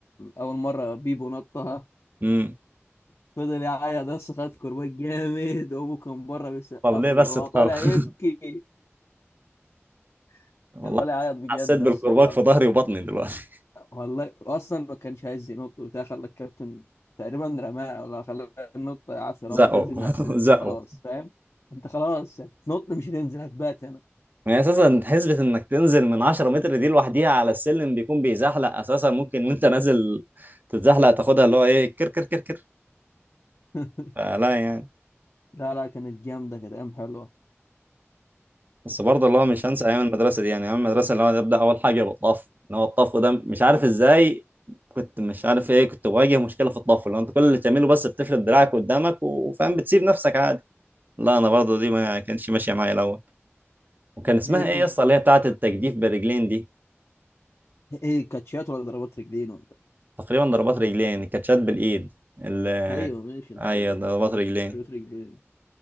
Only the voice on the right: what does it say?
امم
طب ليه
بس
تخاف
<laughs> والله
حسيت بالكرباج
في ظهري وبطني دلوقتي
<laughs>
زقوا
<laughs> زقوا
يعني اساسا حسبة انك تنزل من 10 متر دي لوحديها على السلم بيكون بيزحلق اساسا ممكن وانت نازل تتزحلق تاخدها اللي هو ايه كر كر كر كر
فلا يعني
بس برضه اللي هو مش هنسى ايام المدرسة دي يعني ايام المدرسة اللي هو نبدأ اول حاجة بالطف اللي هو الطف ده مش عارف ازاي كنت مش عارف ايه كنت بواجه مشكلة في الطف اللي هو انت كل اللي بتعمله بس بتفرد دراعك قدامك وفاهم بتسيب نفسك عادي لا انا برضه دي ما كانتش ماشية معايا الاول وكان اسمها
ايه
يا اسطى اللي هي بتاعت التجديف بالرجلين دي
تقريبا ضربات رجلين كاتشات بالايد ال
ايوه ضربات رجلين